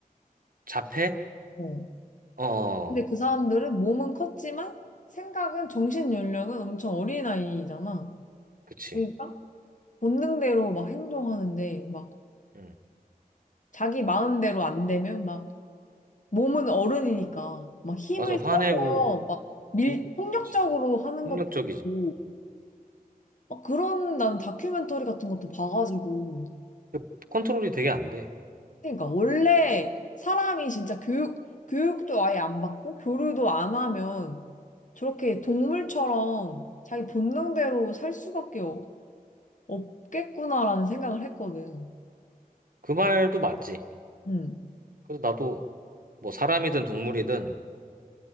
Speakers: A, on the right; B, on the left.
A: 자폐?
B: 어.
A: 어, 어.
B: 근데 그 사람들은 몸은 컸지만 생각은 정신 연령은 엄청 어린아이잖아.
A: 그치.
B: 그러니까 본능대로 막 행동하는데 막
A: 응.
B: 자기 마음대로 안 되면 막 몸은 어른이니까 막 힘을
A: 맞아, 화내고,
B: 써서 막 밀,
A: 응?
B: 폭력적으로
A: 그치.
B: 하는
A: 폭력적이지.
B: 것도 있고 막 그런 난 다큐멘터리 같은 것도 봐가지고
A: 그 컨트롤이 되게 안 돼.
B: 그러니까 원래 사람이 진짜 교육 교육도 아예 안 받고 교류도 안 하면 저렇게 동물처럼 자기 본능대로 살 수밖에 없- 없겠구나라는 생각을 했거든.
A: 그 말도 맞지.
B: 음.
A: 그래서 나도 뭐 사람이든 동물이든